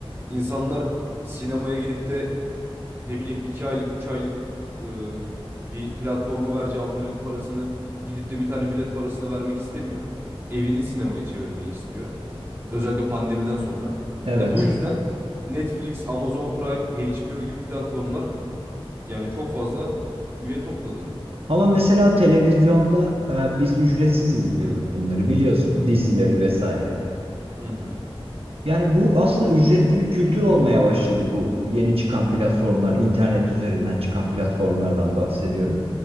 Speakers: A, on the right (about 25°); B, on the right (about 75°).
A: İnsanlar sinemaya gidip de ne bileyim 2 aylık 3 aylık e, bir platforma vereceği abonelik parasını gidip de bir tane bilet parasına vermek istemiyor. Evini sinemaya çevirmeyi istiyor. Özellikle pandemiden sonra.
B: Evet.
A: Ya bu yüzden Netflix, Amazon Prime, HBO gibi platformlar yani çok fazla üye topladı.
B: Ama mesela televizyonda e, biz ücretsiz izliyorduk bunları biliyorsun dizileri vesaire.
A: Hı hı,
B: Yani bu aslında ücretli bir kültür olmaya başladı bu yeni çıkan platformlar, internet üzerinden çıkan platformlardan bahsediyorum.